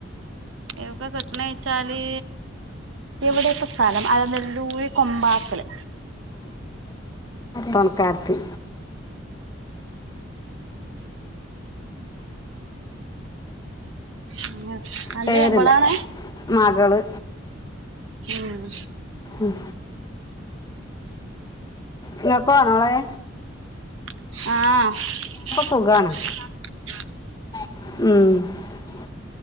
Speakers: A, on the right; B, on the left.
A: എവ്ക്കാ കെട്ടണേ വെച്ചാല് എവിടേപ്പ സ്ഥലം അലനല്ലൂര് കൊമ്പാക്കല്.
B: തൊൺക്കാര്ത്തി
A: ഉം. അന്റെ
B: പേരില്ല
A: ഇവളാണ്?
B: മകള്
A: ഉം
B: ഉം ഇങ്ങക്ക് വാണോളെ
A: ആഹ്
B: സുഖാണ് ഉം